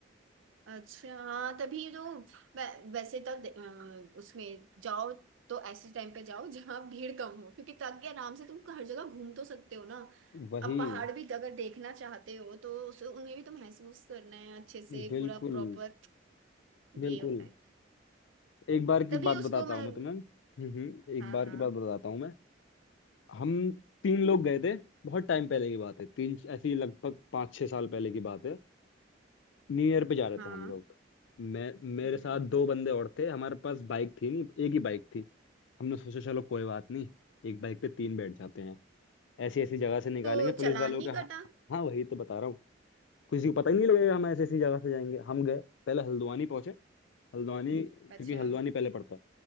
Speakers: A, on the right; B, on the left.
A: अच्छा हाँ तभी तो वै- वैसे तो दे- अ, उसमें जाओ तो ऐसे टाइम पे जाओ जहाँ भीड़ कम हो क्योंकि ताकि आराम से तुम हर जगह घूम तो सकते हो ना
B: वही
A: अब पहाड़ भी अगर देखना चाहते हो तो उसे उन्हें भी तो महसूस करना है अच्छे से
B: बिल्कुल
A: पूरा प्रॉपर
B: बिल्कुल
A: ये होता है
B: एक बार की
A: तभी
B: बात
A: उसको
B: बताता
A: मैं
B: हूँ मैं तुम्हें हम्म हम्म, एक
A: हाँ
B: बार की
A: हाँ
B: बात बताता हूँ मैं हम तीन लोग गए थे बहुत टाइम पहले की बात है तीन ऐसी लगभग पाँच छह साल पहले की बात है न्यू ईयर पे जा रहे थे
A: हाँ
B: हम लोग मैं मेरे
A: हम्म
B: साथ
A: हम्म
B: दो बंदे और थे हमारे पास बाइक थी नहीं एक ही बाइक थी हमने सोचा चलो कोई बात नहीं एक बाइक पे तीन बैठ जाते हैं ऐसी ऐसी जगह से निकालेंगे
A: तो
B: पुलिस
A: चालान
B: वालों
A: नहीं
B: के हाँ,
A: कटा
B: हाँ वही तो बता रहा हूँ किसी को पता ही नहीं लगेगा हम ऐसी ऐसी जगह से जाएंगे हम गए पहले हल्द्वानी पहुंचे हल्द्वानी क्योंकि
A: अच्छा
B: हल्द्वानी पहले पड़ता है